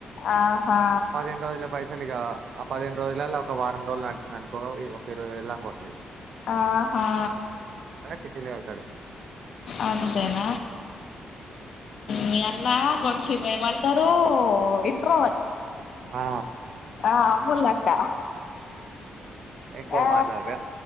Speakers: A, on the left; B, on the right.
A: ఆహా
B: పదిహేను రోజుల పై అసలు ఇక ఆ పదిహేను రోజులలా ఒక వారం రోజులు నడుచందినుకో ఒక ఎరువయివెళ్ళు దాక వస్తయ్
A: ఆహా
B: చిట్టీలు కడతాడు
A: అంతేన మీ అన్న కొంచం ఏమంటారు ఇంట్రోవర్ట్
B: ఆ
A: ఆ అ ములక్క
B: ఎక్కువ
A: ఆ
B: మాట్లాడరా